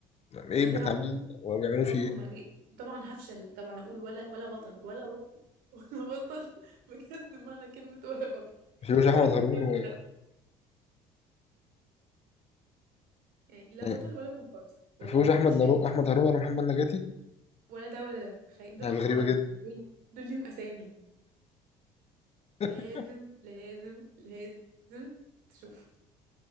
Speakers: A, on the left; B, on the right.
A: ايه
B: أنا
A: بتاع
B: ده عمري
A: مين وبيعملوا فيه
B: عمري
A: ايه؟
B: ما جه طبعا هفشل طبعا أقول ولا ولا بطل ولا بطل <laughs> ولا بطل بجد معنى كلمة ولا بطل
A: مفيهوش احمد
B: ولا كومبارس
A: هارون و
B: حتى يعني لا
A: يعني
B: بطل ولا كومبارس والله
A: مفيهوش
B: مفيش
A: احمد نارو
B: أي
A: احمد هارون ولا محمد نجاتي
B: ولا ده ولا ده تخيل دول
A: يعني
B: أبطال
A: غريبة جدا
B: دول دول ليهم أسامي
A: <laughs>
B: لازم لازم لازم تشوف